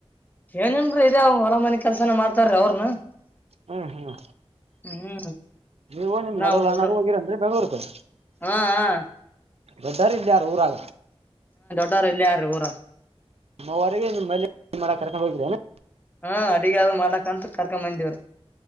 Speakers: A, on the left (about 15°); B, on the right (about 75°).
A: ಏನ್ರೀ ಇದ ಅವ ಹೊರ ಮನೆ ಕೆಲ್ಸನ ಮಾಡ್ತಾರೀ ಅವ್ರನು
B: ಹ್ಮ್ ಹ್ಮ್
A: ಹ್ಮ್
B: ನೀವು ನಿಮ
A: ನಾವ್
B: ನಡವ
A: ಹುಡು
B: ಹಣ ಹೋಗಿರ ಅಂದ್ರೆ ಬೆಂಗಳೂರು ಹ
A: ಹಾ ಹಾ
B: ದೊಡ್ಡಾರ ಇಲ್ಲ ಯಾರು ಊರಾಗ?
A: ಗಾರ ಇಲ್ಲ ಯಾರ ಊರ
B: ನಮ್ಮವರೆಗೆ ನಿಮ್ಮ ಮಾಡ ಕರ್ಕೊಂಡ್ ಹೋಗಿದ್ರಿ?
A: ಹಾ ಅಡಗ ಯಾವ್ದ್ ಮಾಡಕಂತ ಕರ್ಕ ಬಂದವ್ರ?